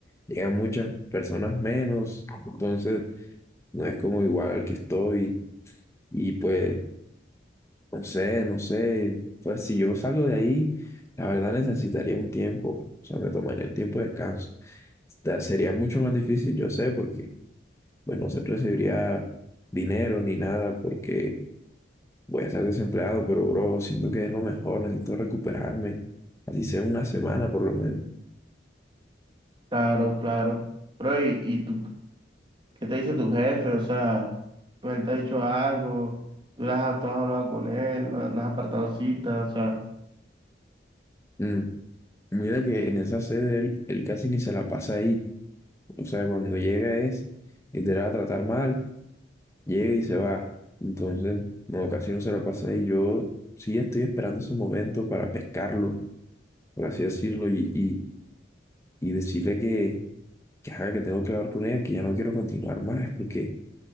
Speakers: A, on the left; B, on the right.
A: llegan muchas personas menos, entonces no es como igual al que estoy y pues no sé, no sé, pues si yo salgo de ahí, la verdad necesitaría un tiempo, o sea, me tomaría un tiempo de descanso. Esta- Sería mucho más difícil, yo sé, porque pues no se recibiría dinero ni nada porque voy a estar desempleado, pero bro, siento que es lo mejor, necesito recuperarme, así sea una semana por lo menos.
B: Claro, claro. Bro, ¿y, y tú, qué te dice tu jefe? O sea, pues, él te ha dicho algo, tú, le has, tú has hablado con él, no, no has apartado citas, o sea,
A: Mm, Mira que en esa sede él él casi ni se la pasa ahí. O sea, cuando llega es literal a tratar mal, llega y se va. Entonces, no, casi no se la pasa y yo sí estoy esperando ese momento para pescarlo, por así decirlo, y, y, y decirle que, que, ajá, que tengo que hablar con él, que ya no quiero continuar más, porque,